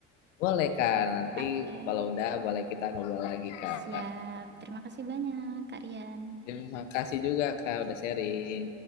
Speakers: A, on the left; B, on the right.
A: Boleh, Kak. Nanti
B: Oke,
A: kalau udah boleh kita ngobrol lagi, Kak.
B: siap. Terima kasih banyak, Kak Rian.
A: Terima kasih juga, Kak, udah sharing.